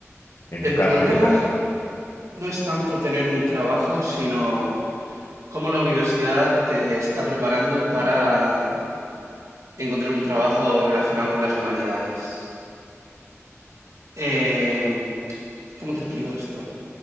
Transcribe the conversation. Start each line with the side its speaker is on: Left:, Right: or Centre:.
Left: en tu
Right: El
Left: caso,
Right: problema
Left: en tu caso.
Right: No es tanto tener un trabajo, sino cómo la universidad te está preparando para encontrar un trabajo relacionado con las humanidades. Em, ¿cómo te explico esto?